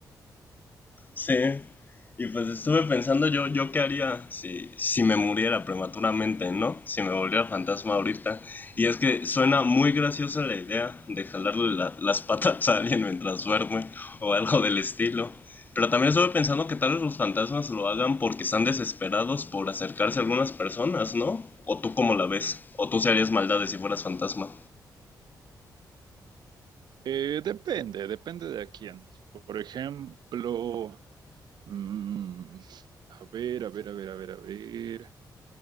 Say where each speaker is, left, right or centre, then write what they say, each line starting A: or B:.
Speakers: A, on the left (about 25°); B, on the right (about 75°).
A: Sí, y pues estuve pensando yo, yo qué haría si, si me muriera prematuramente, ¿no? Si me volviera fantasma ahorita. Y es que suena muy graciosa la idea de jalarle la- las patas a alguien mientras duerme o algo del estilo. Pero también estuve pensando que tal vez los fantasmas lo hagan porque están desesperados por acercarse a algunas personas, ¿no? O tú cómo la ves, o tú se harías maldades si fueras fantasma.
B: Eh, depende, depende de a quién. Por ejemplo... Mm, a ver, a ver, a ver, a ver, a ver.